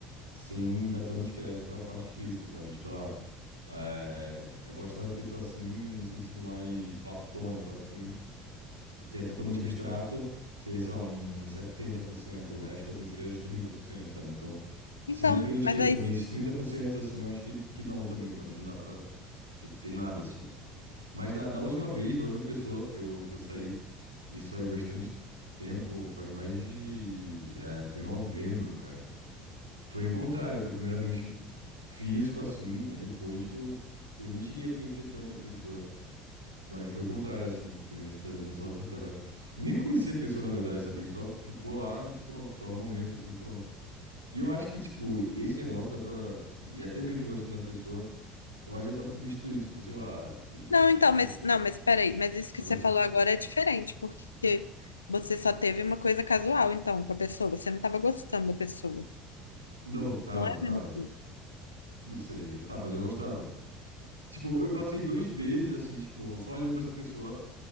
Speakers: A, on the right; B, on the left.
A: sem dar tantos créditos pra parte física, sabe? Sei lá. É, é gostar da pessoa assim, no sentido mais platônico, assim. que é totalmente abstrato, seria, sei lá, uns 70%, o resto, assim, seria os trinta por cento sabe? Então,
B: Então,
A: se não preencher
B: mas aí.
A: também esses 30% assim, eu acho que, que não também, sabe? Não dá pra ter, ter nada, assim. Mas da, da última vez, da última pessoa que eu, que eu saí, isso faz bastante tempo, faz mais de... É, foi em novembro, cara. Foi o contrário, foi primeiramente físico, assim, é depois que eu, eu nem cheguei a conhecer tanta pessoa. Mas foi o contrário, assim. Foi nesse, da- nessa roça contrária. né? Eu nem conhecia a pessoa, na verdade, sabe? A gente só ficou lá e pronto, só momentos assim, pronto. E eu acho que, tipo, esse negócio dá pra. E até mesmo gostando da pessoa, eu acho que dá pra substituir, tipo, sei lá. <clears throat>
B: Não, então, mas
A: qual-
B: não, mas peraí, mas isso que
A: Oi?
B: você falou agora é diferente, porque você só teve uma coisa casual, então, com a pessoa, você não estava gostando da pessoa.
A: Não, tava,
B: Não é a
A: tava.
B: mesma coisa.
A: Não sei, eu tava, mas eu gostava. Tipo, eu passei dois meses, assim, tipo, só olhando pra essa pessoa